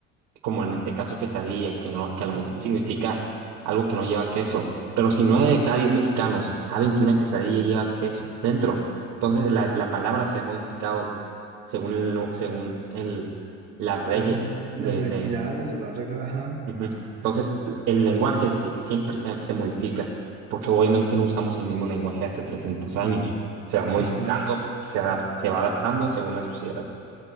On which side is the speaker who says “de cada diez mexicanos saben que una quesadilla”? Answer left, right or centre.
Right